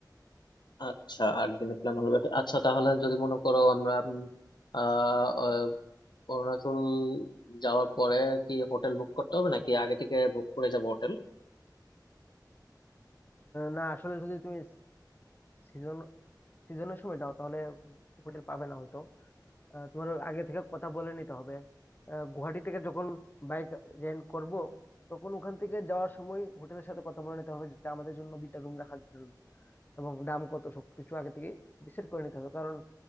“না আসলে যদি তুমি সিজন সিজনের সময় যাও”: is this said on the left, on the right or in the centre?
Left